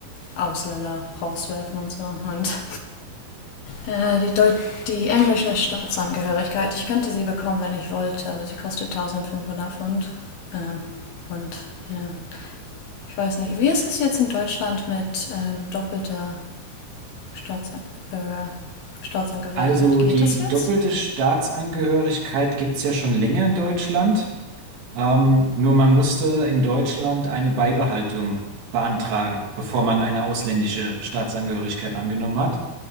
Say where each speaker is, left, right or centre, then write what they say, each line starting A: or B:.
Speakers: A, on the left; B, on the right.
A: Ausländer rauswerfen und so. Und äh, die, Deut die englische Staatsangehörigkeit, ich könnte sie bekommen, wenn ich wollte, aber sie kostet 1500 Pfund. Ähm, und ja, ich weiß nicht. Wie ist es jetzt in Deutschland mit ähm, doppelter Staatsbürger, Staatsangehörigkeit?
B: Also
A: Geht
B: die
A: das jetzt?
B: doppelte Staatsangehörigkeit gibt es ja schon länger in Deutschland. Ähm, nur man musste in Deutschland eine Beibehaltung beantragen, bevor man eine ausländische Staatsangehörigkeit angenommen hat.